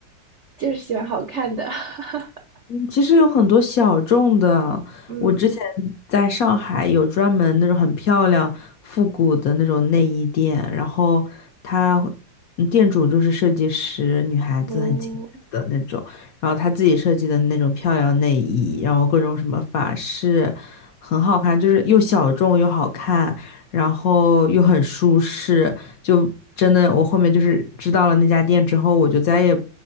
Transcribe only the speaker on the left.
嗯其实有很多小众的，
我之前在上海有专门那种很漂亮、复古的那种内衣店，然后它嗯店主就是设计师，女孩子很精致的那种，
然后她自己设计的那种漂亮内衣，然后各种什么法式，很好看，就是又小众又好看，然后又很舒适，就真的我后面就是知道了那家店之后，我就再也